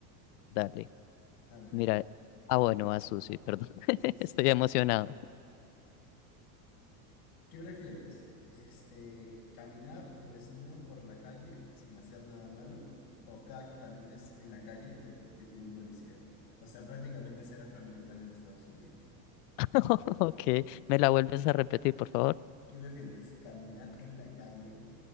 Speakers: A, on the left; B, on the left.
A: Dale.
B: A ver,
A: Mira. Ah, bueno, a Susi, perdón. <laughs>
B: sí, sí, sí.
A: Estoy emocionado.
B: ¿Qué prefieres? Este, ¿caminar desnudo por la calle sin hacer nada malo? ¿O cada que camines en la calle te detiene un policía? O sea, prácticamente ser afroamericano en Estados Unidos.
A: <laughs> Ok. ¿Me la vuelves a repetir, por favor?
B: ¿Qué prefieres? ¿Caminar en la calle?